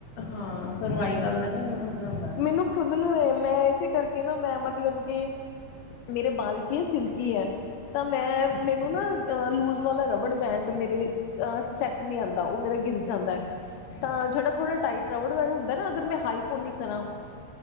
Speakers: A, on the left; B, on the left.
A: ਹਾਂ ਸਰਵਾਈਕਲ ਨਾਲ ਦਰਦ ਹੁੰਦਾ
B: ਮੈਨੂੰ ਖੁਦ ਨੂੰ ਹੈ ਮੈਂ ਇਸੇ ਕਰਕੇ ਨਾ ਮੈਂ ਮਤਲਬ ਕਿ ਮੇਰੇ ਬਾਲ ਕੀ ਏ ਸਿਲਕੀ ਐ ਤਾਂ ਮੈਂ ਮੈਨੂੰ ਨਾ ਅ ਲੂਜ ਵਾਲਾ ਰਬੜ ਬੈਂਡ ਮੇਰੇ ਅਹ ਸੈੱਟ ਨਹੀਂ ਆੰਦਾ ਉਹ ਮੇਰਾ ਗਿਰ ਜਾਂਦਾ ਐ ਤਾਂ ਜੇਹੜਾ ਥੋੜ੍ਹਾ ਟਾਈਟ ਰਬੜ ਬੈਡੰ ਹੁੰਦਾ ਨਾ ਅਗਰ ਮੈਂ ਹਾਈ ਪੋਨੀ ਕਰਾਂ